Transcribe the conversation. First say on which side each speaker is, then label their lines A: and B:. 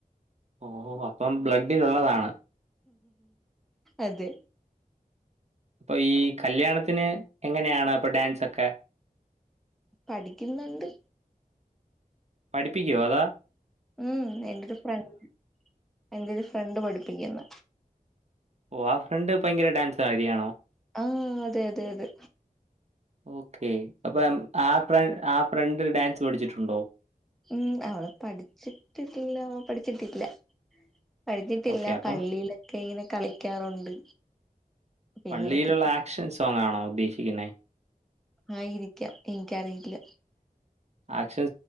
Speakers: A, on the right; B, in the centre.
A: ഓഹ് അപ്പം ബ്ല ഡിലൊള്ളതാണ്
B: അതെ
A: അപ്പോ ഈ കല്യാണത്തിന് എങ്ങനെയാണ് അപ്പോ ഡാൻസൊക്കെ
B: പഠിക്കുന്നൊണ്ട്
A: പഠിപ്പിക്കുവോ അതാ
B: ഉം എന്റൊരു ഫ്രണ്ട് എന്റെ ഒരു ഫ്രണ്ട് പഠിപ്പിക്കുന്നാ
A: ഓഹ് ആ ഫ്രണ്ട് ഭയങ്കര ഡാൻസ്കാരിയാണോ
B: ആ അതെ അതെ അതെ
A: ഓ ക്കെ അപ്പൊ ആഹ് ഫ്ര ആഹ് ഫ്രണ്ട് ഡാൻസ് പഠിച്ചിട്ടുണ്ടോ
B: ഉം അവള് പഠിച്ചിട്ടില്ല പഠിച്ചിട്ടിട്ടി ല്ല പഠിച്ചിട്ടില്ല
A: ഓക്കെ. അപ്പം
B: പള്ളിയിലൊക്കെ ങ്ങനെ കളിക്കാറുണ്ട് പിന്നെ
A: പള്ളിയിലുള്ള
B: അവക്ക്
A: ആക്ഷൻ സോങ്ങാണോ ഉദ്ദേശിക്കുന്നേ
B: ആയിരിക്കാം എനിക്കറിയില്ല
A: ആക്ഷൻ